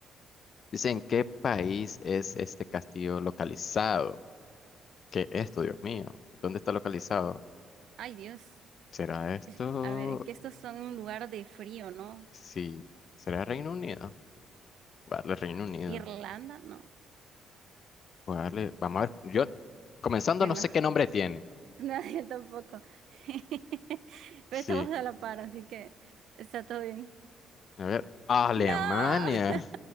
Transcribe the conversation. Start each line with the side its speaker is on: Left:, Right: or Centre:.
Left: Dice, ¿en qué país es este castillo localizado? ¿Qué es esto, Dios mío? ¿Dónde está localizado?
Right: Ay, Dios.
Left: ¿Será esto?
Right: Es que- a ver, es que estos son un lugar de frío, ¿no?
Left: Sí. ¿Será Reino Unido? Voy a darle Reino Unido.
Right: Irlanda, no.
Left: Voy a darle- Vamos a ver. Yo, comenzando,
Right: Bueno,
Left: no sé qué nombre
Right: <laughs>
Left: tiene.
Right: nadie tampoco. <laughs> Pero
Left: Sí.
Right: estamos a la par, así que está todo bien.
Left: A ver. Alemania.
Right: ¡No! <laughs>